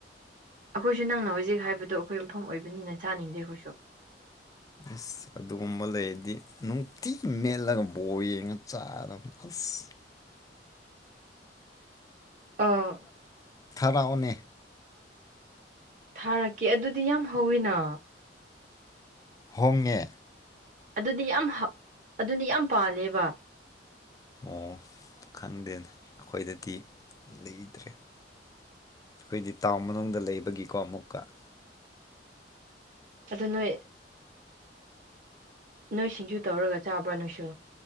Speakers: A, on the right; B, on the left.
A: ꯑꯈꯣꯏꯁꯨ ꯅꯪꯅ ꯍꯧꯖꯤꯛ ꯍꯥꯏꯕꯗꯣ ꯑꯈꯣꯏ ꯃꯐꯝ ꯑꯣꯏꯕꯅꯤꯅ ꯆꯥꯅꯤꯡꯗꯦ ꯑꯈꯣꯏꯁꯨ
B: ꯑꯁ ꯑꯗꯨꯒꯨꯝꯕ ꯂꯩꯔꯗꯤ ꯅꯨꯡꯇꯤ ꯃꯦꯠꯂꯒ ꯕꯣꯜ ꯌꯦꯡꯉ ꯆꯥꯔꯗꯝ ꯑꯁ
A: ꯑꯥ
B: ꯊꯔꯥ ꯑꯣꯅꯦ
A: ꯊꯥꯔꯛꯀꯦ ꯑꯗꯨꯗꯤ ꯌꯥꯝ ꯍꯧꯋꯤꯅ
B: ꯍꯣꯡꯉꯦ
A: ꯑꯗꯨꯗꯤ ꯌꯥꯝ ꯑꯗꯨꯗꯤ ꯌꯥꯝ ꯄꯥꯜꯂꯦꯕ
B: ꯑꯣ ꯈꯪꯗꯦꯅꯦ ꯑꯩꯈꯣꯏꯗꯗꯤ ꯂꯩꯇꯗ꯭ꯔꯦ ꯑꯩꯈꯣꯏꯗꯤ ꯇꯥꯎꯟ ꯃꯅꯨꯡꯗ ꯂꯩꯕꯒꯤꯀꯣ ꯑꯃꯨꯛꯀ
A: ꯑꯗꯨ ꯅꯣꯏ ꯅꯣꯏ ꯁꯤꯡꯖꯨ ꯇꯧꯔꯒ ꯆꯥꯕ꯭ꯔꯥ ꯅꯣꯏꯁꯨ